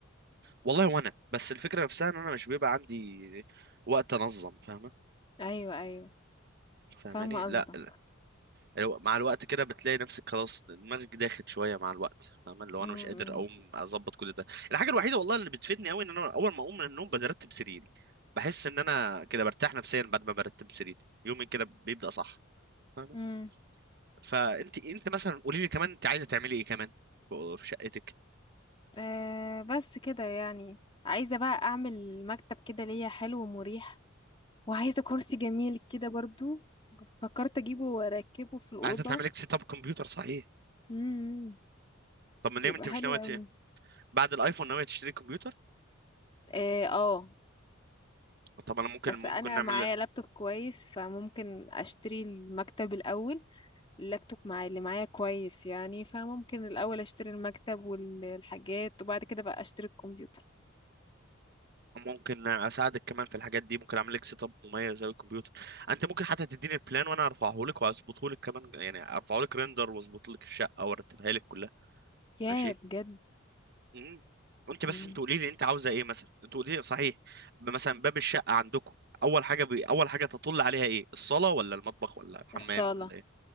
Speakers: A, on the right; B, on the left.
A: والله وانا بس الفكره نفسها ان انا مش بيبقى عندي وقت انظم فاهمه
B: ايوه ايوه
A: فاهماني
B: فاهمة
A: لا,
B: قصدك
A: لا. الو- مع الوقت كده بتلاقي نفسك خلاص دماغك داخل شويه مع الوقت فاهمه لو
B: مم.
A: انا مش قادر اقوم اظبط كل ده الحاجه الوحيده والله اللي بتفيدني قوي ان انا اول ما اقوم من النوم برتب سريري بحس ان انا كده برتاح نفسيا بعد ما برتب سريري يومي كده بيبدا صح فاهمه
B: مم.
A: فانت انت مثلا قولي لي كمان انت عايزه تعملي ايه كمان في في شقتك
B: آه بس كده يعني عايزة بقى أعمل مكتب كده ليا حلو ومريح وعايزة كرسي جميل كده برضو فكرت أجيبه وأركبه في الأوضة
A: عايزه تعملي لك سيت اب كمبيوتر صحيح
B: امم
A: طب ما ليه
B: يبقى
A: انت
B: حلو
A: مش ناويه
B: أوي
A: بعد الايفون ناوي تشتري كمبيوتر
B: اه آه،
A: طب انا ممكن
B: بس
A: ممكن
B: أنا
A: نعمل
B: معايا لابتوب كويس فممكن أشتري المكتب الأول اللابتوب معايا اللي معايا كويس يعني فممكن الأول أشتري المكتب والحاجات وبعد كده بقى أشتري الكمبيوتر
A: ممكن اساعدك كمان في الحاجات دي ممكن اعمل لك سيت اب مميز زي الكمبيوتر انت ممكن حتى تديني البلان وانا ارفعه لك واظبطه لك كمان يعني ارفعه لك ريندر واظبط لك الشقه وارتبها لك كلها
B: ياه
A: ماشي
B: بجد
A: امم انت
B: مم.
A: بس انت قولي لي انت عاوزه ايه مثلا انت قولي لي صحيح مثلا باب الشقه عندكم اول حاجه بي... اول حاجه تطل عليها ايه الصاله ولا المطبخ ولا الحمام
B: الصالة
A: ولا ايه